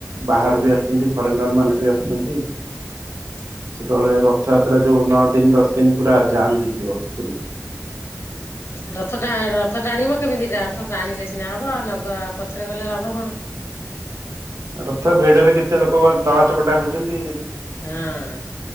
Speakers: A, on the right; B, on the left.
A: ବାହହାର ବି ଆସୁଛନ୍ତି ଫରେନର ମାନ ମାନେ ବି ଆସୁଛନ୍ତି।
B: <inaudible>
A: ସେତେବେଳେ ରଥଯାତ୍ରା ଯଉଁ ନଅ ଦିନ, ଦଶ ଦିନ, ପୁରା ଜାମ୍ ହେଇଯିବ ପୁରୀ
B: ରଥ ଟା ରଥ ଟାଣିବ, କେମିତି ରଥ ଟାଣିଲେ ସିନା ହବ, ଆଉ ନଗ ପଛରେ ଗଲେ ଲାଭ କଣ? <inaudible>
A: ରଥ ଭିଡରେ କେତେ ଲୋକ ଦଳା ଚକଟା ହଉଛନ୍ତି
B: ହଁ